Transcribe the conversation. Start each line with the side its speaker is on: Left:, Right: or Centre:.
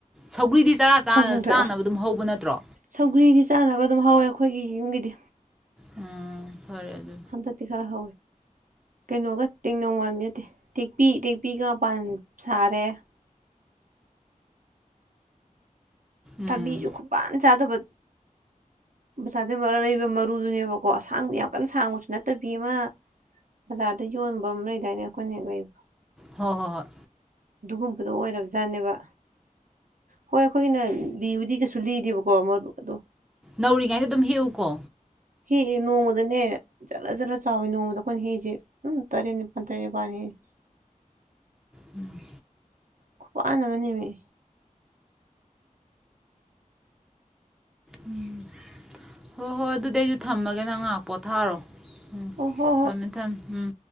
Centre: ꯁꯧꯒ꯭ꯔꯤꯗꯤ ꯆꯔꯥ
Right: ꯊꯥꯡꯖꯤꯡ ꯊꯣꯛꯑꯦ
Centre: ꯆꯥꯅꯕ ꯑꯗꯨꯝ ꯍꯧꯕ ꯅꯠꯇ꯭ꯔꯣ?
Right: ꯁꯧꯒ꯭ꯔꯤꯗꯤ ꯆꯥꯅꯕ ꯑꯗꯨꯝ ꯍꯧꯔꯦ ꯑꯩꯈꯣꯏꯒꯤ ꯌꯨꯝꯒꯤꯗꯤ
Centre: ꯎꯝ ꯐꯔꯦ꯫ ꯑꯗꯨ
Right: ꯍꯟꯗꯛꯇꯤ ꯈꯔ ꯍꯧꯋꯦ ꯀꯩꯅꯣꯒ ꯇꯦꯡꯅꯧ ꯋꯥꯃꯤ ꯅꯠꯇꯦ ꯇꯦꯛꯄꯤ ꯇꯦꯛꯄꯤꯒ ꯃꯥꯄꯥꯟ ꯁꯥꯔꯦ꯫ <inaudible>
Centre: ꯎꯝ
Right: ꯊꯕꯤꯖꯨ ꯈꯨꯄꯥꯟ ꯆꯥꯗꯕ ꯕꯖꯥꯔꯗꯩ ꯕꯔ ꯂꯩꯕ ꯃꯔꯨꯗꯨꯅꯦꯕꯀꯣ ꯑꯁꯥꯡꯗꯤ ꯌꯥꯝ ꯀꯟꯅ ꯁꯥꯡꯕꯁꯨ ꯅꯠꯇꯕꯤ ꯑꯃ ꯕꯖꯥꯔꯗ ꯌꯣꯟꯕ ꯑꯃ ꯂꯩꯗꯥꯏꯅꯦ ꯈꯣꯏꯅ ꯍꯦꯛ ꯂꯩꯕ
Centre: ꯍꯣꯏ ꯍꯣꯏ ꯍꯣꯏ
Right: ꯑꯗꯨꯒꯨꯝꯕꯗꯣ ꯑꯣꯏꯔꯕꯖꯥꯠꯅꯦꯕ ꯍꯣꯏ ꯑꯩꯈꯣꯏꯒꯤꯅ ꯂꯤꯕꯨꯗꯤ ꯀꯩꯁꯨ ꯂꯤꯗꯦꯕꯀꯣ ꯃꯔꯨ ꯑꯗꯣ
Centre: ꯅꯧꯔꯤꯉꯩꯗ ꯑꯗꯨꯝ ꯍꯦꯛꯎ ꯀꯣ
Right: ꯍꯦꯛꯑ ꯅꯣꯡꯃꯗꯅꯦ ꯖꯔ ꯖꯔ ꯆꯥꯎꯋꯤ ꯅꯣꯡꯃꯗ ꯑꯩꯈꯣꯏꯅ ꯍꯦꯛꯏꯁꯦ ꯑꯗꯨꯝ ꯇꯔꯦꯠ ꯅꯤꯄꯥꯜ ꯇꯔꯦꯠ ꯅꯤꯄꯥꯜ ꯍꯦꯛꯑꯦ
Centre: ꯎꯝ
Right: ꯈꯨꯄꯥꯟ ꯑꯃ ꯅꯦꯝꯃꯤ
Centre: ꯎꯝ ꯍꯣ ꯍꯣ ꯑꯗꯨꯗꯤ ꯑꯩꯖꯨ ꯊꯝꯃꯒꯦ ꯅꯪ ꯉꯥꯏꯍꯥꯛ ꯄꯣꯊꯥꯔꯣ ꯎꯝ
Right: ꯑꯣ ꯍꯣ ꯍꯣ
Centre: ꯊꯝꯃꯦ ꯊꯝꯃꯦ ꯎꯝ